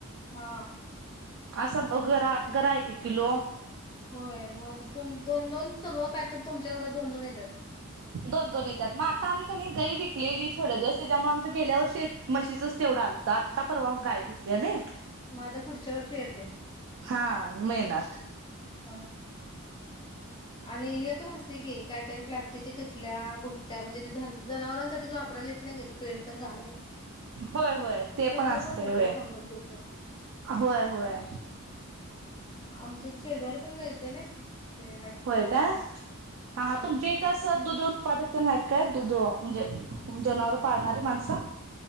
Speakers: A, on the left; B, on the right.
A: हा
B: असं गरा गरा एक एक किलो
A: होय मग तुम दोन दोन सगळं पॅकेट तुमच्या घरात दोन दोन येतात
B: दोन दोन येतात मग आता आम्ही का गई विकलेली थोडे्या दिवस त्याच्यामुळे आमच्या गेल्या वर्षी एक मशीच तेवढं आलतं आत्ता परवा गाय घेतली आहे ना
A: मग आता पुढच्या वर्षी येते
B: हा मिळणार
A: ह ह आणि हे पण असते की काय काय प्लास् तिथ खिटल्या बुट्ट्या म्हणजे ते जनावरांसाठीच वापरायला येत नाही का ते पें पण घालायला
B: होय होय ते
A: तसलं
B: पण असते
A: मिळतंय
B: होय
A: समृद्धीच
B: होय होय
A: आमच्या पण मिळते ना ते आहेत
B: होय
A: मराठ्यांच
B: का
A: हम्म
B: हाा तुमच्या इथं दुध उत्पादकते नाही आहेत काय दुध म्हणजे जनावर पाळणारी माणसं